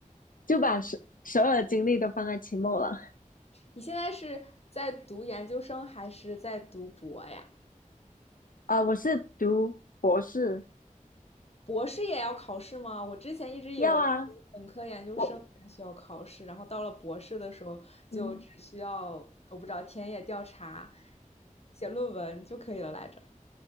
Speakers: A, on the left; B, on the left.
A: 就把所所有的精力都放在期末了。
B: 你现在是在读研究生还是在读博呀？
A: 啊，我是读博士，
B: 博士也要考试吗？我之前一直以为
A: 要啊，
B: 本科、研究生才需要考试，
A: 我
B: 然后到了博士的时候就只需要，
A: 嗯，
B: 我不知道田野调查、写论文就可以了来着。